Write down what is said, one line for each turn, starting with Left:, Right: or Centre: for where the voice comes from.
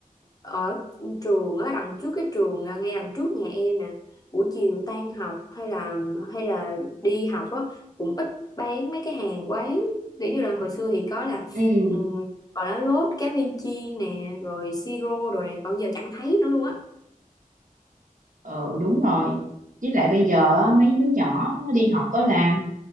Left: ở trường á đằng trước cái trường à, ngay đằng trước nhà em nè buổi chiều tan học hay là hay là đi học á cũng ít bán mấy cái hàng quán kiểu như là hồi xưa thì có là
Right: ừ
Left: um, gọi là lốt cá viên chiên nè rồi siro đồ nè còn giờ chẳng thấy nữa luôn á
Right: ừ đúng rồi với lại bây giờ á, mấy đứa nhỏ nó đi học đó là